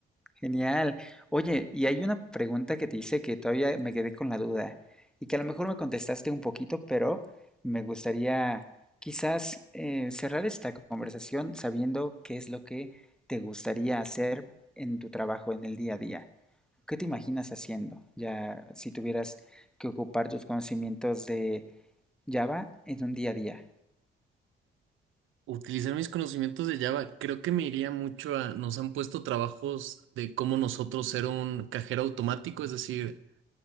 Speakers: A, in the centre; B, on the right.
A: Genial. Oye, y hay una pregunta que te hice que todavía me quedé con la duda y que a lo mejor me contestaste un poquito, pero me gustaría quizás eh, cerrar esta conversación sabiendo qué es lo que te gustaría hacer en tu trabajo, en el día a día. ¿Qué te imaginas haciendo? Ya si tuvieras que ocupar tus conocimientos de Java en un día a día.
B: Utilizar mis conocimientos de Java, creo que me iría mucho a, nos han puesto trabajos de cómo nosotros ser un cajero automático, es decir,